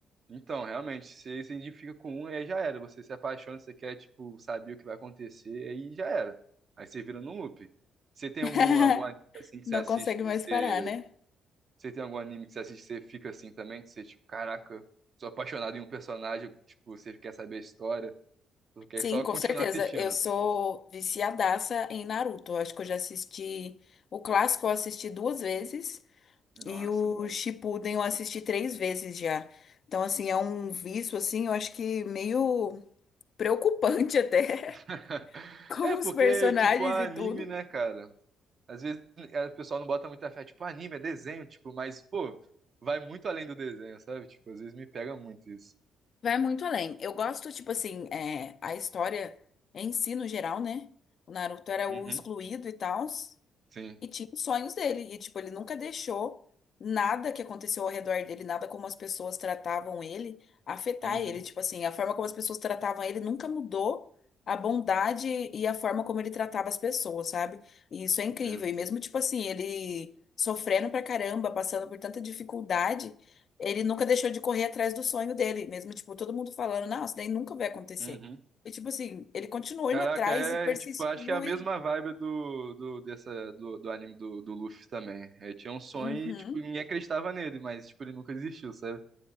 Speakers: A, on the right (about 50°); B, on the left (about 55°).
A: Então, realmente, você se identifica com um, aí já era. Você se apaixona, você quer, tipo, saber o que vai acontecer, aí já era. Aí você vira num loop. Você tem
B: <laughs>
A: algum, algum anime assim que
B: Não
A: você assiste
B: consegue
A: que
B: mais
A: você.
B: parar, né?
A: Você tem algum anime que você assiste que você fica assim também? Que você, tipo, caraca, sou apaixonado em um personagem, tipo, você quer saber a história, porque
B: Sim,
A: é só
B: com
A: continuar
B: certeza.
A: assistindo.
B: Eu sou viciadaça em Naruto. Eu Acho que eu já assisti o clássico, eu assisti duas vezes
A: Nossa,
B: e o
A: bom.
B: Shippuden eu assisti três vezes já. Então, assim, é um vício assim, eu acho que meio preocupante <laughs> até.
A: <laughs>
B: com
A: É porque,
B: os personagens
A: tipo, anime,
B: e tudo.
A: né, cara? Às vezes é, o pessoal não bota muita fé, tipo, anime é desenho, tipo, mas, pô, vai muito além do desenho, sabe? Tipo, às vezes me pega muito isso.
B: Vai muito além. Eu gosto, tipo assim, é, a história em si, no geral, né? O Naruto era o
A: Uhum.
B: excluído e tal.
A: Sim.
B: E tinha os sonhos dele. E, tipo, ele nunca deixou nada que aconteceu ao redor dele, nada como as pessoas tratavam ele, afetar
A: Uhum.
B: ele. Tipo assim, a forma como as pessoas tratavam ele nunca mudou a bondade e a forma como ele tratava as pessoas, sabe? E isso é incrível.
A: Verdade.
B: E mesmo, tipo assim, ele sofrendo pra caramba, passando por tanta dificuldade, ele nunca deixou de correr atrás do sonho dele. Mesmo, tipo, todo mundo falando, não, isso daí nunca vai acontecer.
A: Uhum.
B: E, tipo assim, ele continuou
A: Caraca,
B: indo atrás
A: é,
B: e persistiu
A: é, tipo, acho que é a mesma
B: e.
A: vibe do, do, dessa, do, do anime do, do Luffy também. eu tinha um sonho
B: Uhum.
A: e, tipo, ninguém acreditava nele, mas, tipo, ele nunca existiu, sabe?